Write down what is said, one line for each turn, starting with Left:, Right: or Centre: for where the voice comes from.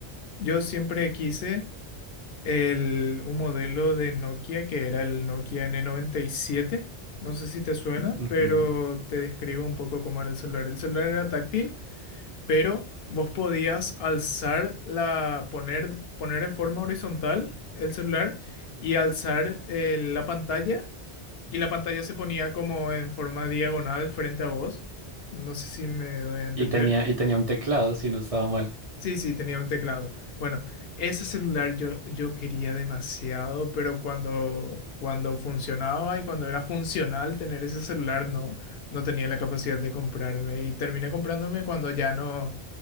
Left: Yo siempre quise el, un modelo de Nokia que era el Nokia n noventa y siete, No sé si te suena,
Right: ujú.
Left: pero te describo un poco cómo era el celular. El celular era táctil pero vos podías alzar la, poner, poner en forma horizontal el celular y alzar eh, la pantalla y la pantalla se ponía como en forma diagonal frente a vos. No sé si me doy a entender.
Right: Y tenía, y tenía un teclado, si no estaba mal,
Left: Sí, sí, tenía un teclado. Bueno, ese celular yo, yo quería demasiado, pero cuando, cuando funcionaba y cuando era funcional tener ese celular, no, no tenía la capacidad de comprarme. Y terminé comprándome cuando ya no,